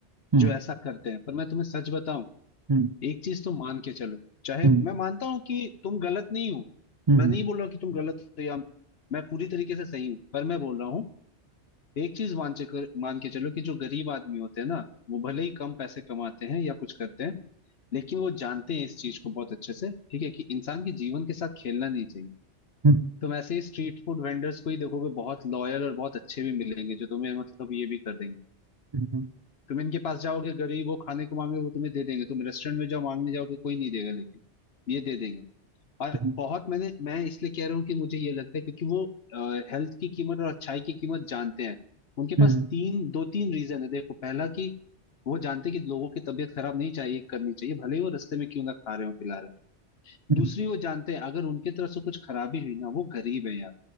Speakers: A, on the right (about 40°); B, on the left (about 65°).
A: हम्म
B: जो ऐसा करते हैं पर मैं तुम्हें सच बताऊं
A: हम्म
B: एक चीज तो मान के चलो चाहे
A: हम्म
B: मैं मानता हूं कि तुम गलत नहीं हो
A: हम्म
B: मैं नहीं बोल रहा हूं कि तुम गलत हो या मैं पूरी तरीके से सही हूँ पर मैं बोल रहा हूँ एक चीज मान के कर, मान के चलो कि जो गरीब आदमी होते हैं ना वो भले ही कम पैसे कमाते हैं या कुछ करते हैं लेकिन वो जानते हैं इस चीज को बहुत अच्छे से ठीक है कि इंसान के जीवन के साथ खेलना नहीं चाहिए
A: हम्म,
B: तुम ऐसे ही स्ट्रीट फूड वेंडर्स को ही देखोगे बहुत लॉयल और बहुत अच्छे भी मिलेंगे जो तुम्हें मतलब ये भी कर देंगे
A: हम्म,
B: तुम इनके पास जाओगे गरीब हो खाने को मांगे वो तुम्हें दे देंगे तुम रेस्टोरेंट में जाओ मांगने जाओगे कोई नहीं देगा लेकिन ये दे देंगे और
A: हम्म,
B: बहुत मैंने मैं इसलिए कह रहा हूँ कि मुझे ये लगता है क्योंकि वो हेल्थ की कीमत और अच्छाई की कीमत जानते हैं उनके पास
A: हम्म,
B: तीन दो तीन रीजन है देखो पहला कि वो जानते हैं कि लोगों की तबीयत खराब नहीं चाहिए करनी चाहिए भले ही वो रास्ते में क्यों ना खा रहे हो पिला रहे हो
A: हम्म,
B: दूसरी वो जानते हैं अगर उनकी तरफ से कुछ खराबी हुई ना वो गरीब है यार